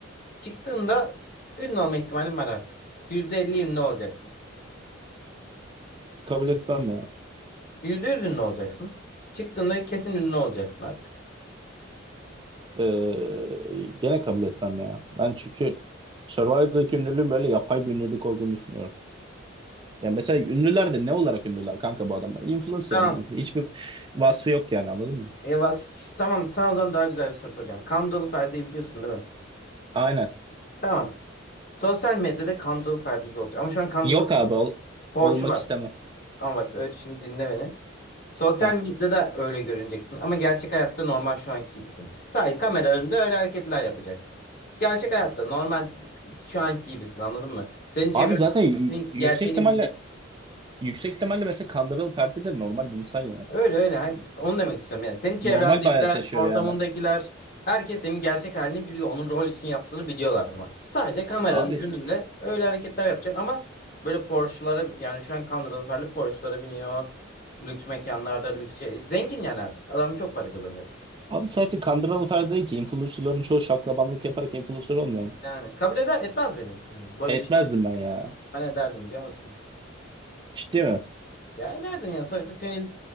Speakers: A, on the left; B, on the right.
A: çıktığında ünlü olma ihtimalin var artık. %50 ünlü olacaksın.
B: kabul etmem ya.
A: Yüzde yüz ünlü olacaksın. Çıktığında kesin ünlü olacaksın artık.
B: Ee, gene kabul etmem ya. Ben çünkü Survivor'daki ünlülüğün böyle yapay bir ünlülük olduğunu düşünüyorum. Ya mesela ünlüler de ne olarak ünlüler kanka bu adamlar? Influencer
A: Tamam.
B: amına koyayım. Hiçbir vasfı yok yani anladın mı?
A: Yavaş. Tamam. Sana o zaman daha güzel bir soru soracağım. Kandıralı Ferdi'yi biliyorsun değil mi?
B: Aynen.
A: Tamam. Sosyal medyada Kandıralı Ferdi gibi olacak. Ama şu an Kandıralı
B: Yok abi ol-
A: Porsche'u
B: olmak
A: var.
B: istemem.
A: Ama bak öyle şimdi dinle beni. Sosyal
B: Heh.
A: medyada öyle görüneceksin. Ama gerçek hayatta normal şu anki gibisin. Sadece kamera önünde öyle hareketler yapacaksın. Gerçek hayatta normal şu anki gibisin anladın mı? Senin çevren
B: Abi zaten y-
A: senin
B: yüksek
A: gerçeğini
B: ihtimalle
A: bilecek.
B: yüksek ihtimalle mesela Kandırıl Ferdi de normal bir insan yani.
A: Öyle öyle. Hayır, Onu demek istiyorum yani. Senin çevrendekiler,
B: Normal bir hayat yaşıyor
A: ortamındakiler
B: yani.
A: herkes senin gerçek halini biliyor. Onun rol için yaptığını biliyorlar ama. Sadece kameranın
B: Abi
A: önünde öyle hareketler yapacaksın ama böyle Porsche'lara yani şu an Conor Alper'li Porsche'lara biniyor. Lüks mekanlarda lüks şey. Zengin yani artık. Adam çok para kazanıyordur.
B: abi sadece Kandıralı Ferdi değil ki influencerların çoğu şaklabanlık yaparak influencer olmuyor mu?
A: Yani kabul eder etmez miydin? Yani böyle
B: Etmezdim
A: bir şey olsa
B: ben ya.
A: ben ederdim biliyor musun?
B: Ciddi mi?
A: Ya ederdin yani sonuçta senin